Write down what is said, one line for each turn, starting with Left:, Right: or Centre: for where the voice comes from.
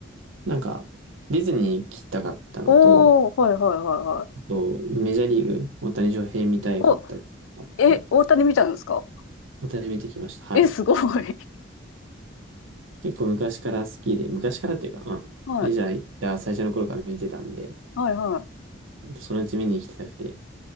Right: なんか、ディズニー行きたかったのと、
Left: おー、はいはいはいはい。
Right: あと、メジャーリーグ、大谷翔平見たいかったのがあって、
Left: お、え、大谷見たんですか
Right: 大谷見てきました。はい。
Left: え、すごい。
Right: 結構昔から好きで、昔からっていうか、まあ、
Left: え
Right: メジャー行った最初の頃から見てたんで、
Left: はいはいは
Right: そのうち見に行きたくて、